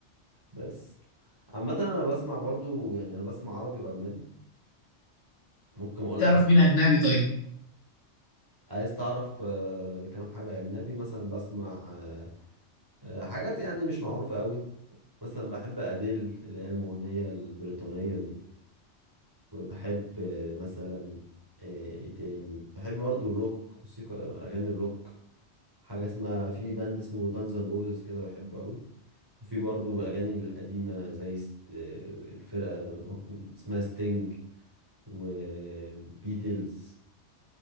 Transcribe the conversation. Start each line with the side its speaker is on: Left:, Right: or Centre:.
Right: بس عامة انا بسمع برضو يعني انا بسمع عربي واجنبي ممكن اقول
Left: تعرف
Right: لك على
Left: مين اجنبي طيب
Right: عايز تعرف آه، كام حاجة أجنبي مثلا بسمع آه، آه، حاجات يعني مش معروفة قوي مثلا بحب أديل اللي هي المغنية البريطانية دي وبحب آه، مثلا آه، إيه تاني بحب برضو الروك موسيقى أغاني الروك حاجة اسمها في باند اسمه جانز اند روزز كده بحبه قوي وفي برضو الأغاني القديمة زي ست- آه، الفرقة اسمها ستينج وبيتلز